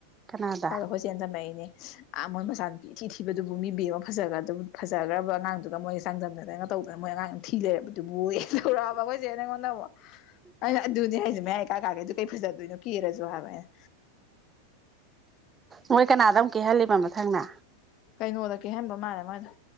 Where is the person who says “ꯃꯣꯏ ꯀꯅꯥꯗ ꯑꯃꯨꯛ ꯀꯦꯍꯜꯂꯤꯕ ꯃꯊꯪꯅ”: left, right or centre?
Right